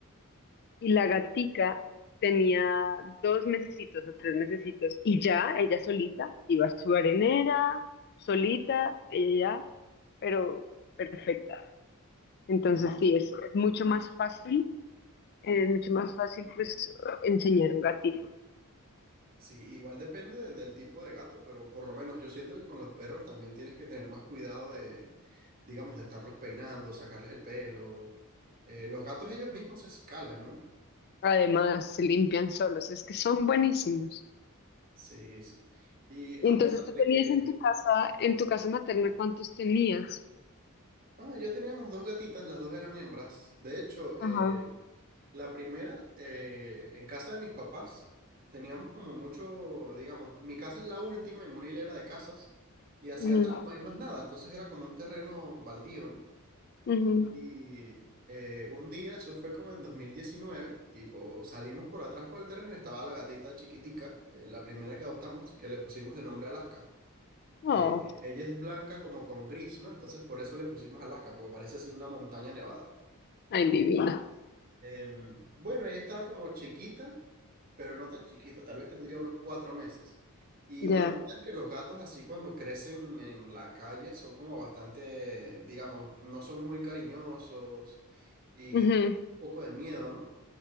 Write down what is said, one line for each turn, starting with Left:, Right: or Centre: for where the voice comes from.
Left: y la gatica tenía dos mesecitos o tres mesecitos y ya ella solita iba a su arenera, solita, ella ya, pero perfecta. Entonces
Right: Sí.
Left: sí, es, es mucho más fácil, es mucho más fácil pues enseñar a un gatico.
Right: Sí, igual depende de- del tipo de gato, pero por lo menos yo siento que con los perros también tienes que tener más cuidado de, digamos, de estarlos peinando, sacarles el pelo. Eh, los gatos ellos mismos se escalan, ¿no?
Left: Además, se limpian solos, es que son buenísimos.
Right: Sí, sí. Y
Left: Y
Right: a
Left: entonces
Right: pesar
Left: tú
Right: de
Left: tenías
Right: que,
Left: en tu casa, en tu casa materna, ¿cuántos tenías?
Right: ah, ya teníamos dos gatitas, las dos eran hembras. De hecho, eh,
Left: Ajá.
Right: la primera, eh, en casa de mis papás, teníamos como mucho, digamos, mi casa es la última en una hilera de casas y hacia
Left: Ujú,
Right: atrás no hay más nada, entonces era como un terreno baldío, ¿no?
Left: ujú.
Right: Y eh, un día, eso fue como en 2019 tipo, salimos por atrás por el terreno y estaba la gatita chiquitica, eh, la primera que adoptamos, que le pusimos de nombre Alaska. Eh,
Left: Oh,
Right: eh, ella es blanca como con gris, ¿no? Entonces por eso le pusimos Alaska, porque parece así una montaña nevada.
Left: ay, divina.
Right: Em, bueno, ella estaba como chiquita pero no tan chiquita, tal vez tendría unos cuatro meses. Y
Left: Ya.
Right: bueno, tú sabes que los gatos así cuando crecen en la calle son como bastante, digamos, no son muy cariñosos y
Left: Ujú,
Right: te- da un poco de miedo, ¿no?